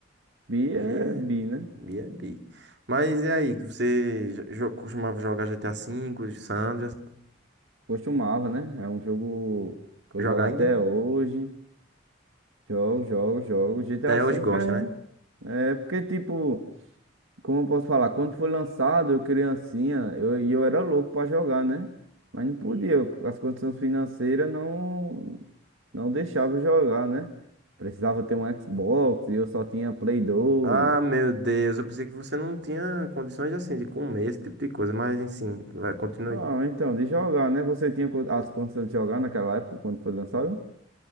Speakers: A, on the right; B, on the right.
A: bi
B: B
A: é bi, né?
B: B é B. é B. Mas e aí? Você jo- jo- costumava jogar GTA V, Sandras?
A: Costumava, né? É um jogo que
B: Joga
A: eu jogo
B: ainda?
A: até hoje. Jogo, jogo, jogo. GTA
B: Até
A: V
B: hoje gosta,
A: é.
B: né?
A: É porque, tipo, como eu posso falar? Quando foi lançado, eu criancinha, eu, e eu era louco pra jogar, né? Mas não podia, eu- as condições financeiras não, não deixavam eu jogar, né? Precisava ter um Xbox e eu só tinha Play 2.
B: Ah, meu Deus. Eu pensei que você não tinha condições assim de comer esse tipo de coisa. Mas, enfim, vai, continue.
A: Ah, então, de jogar, né? Você tinha co- as condições de jogar naquela época, quando foi lançado?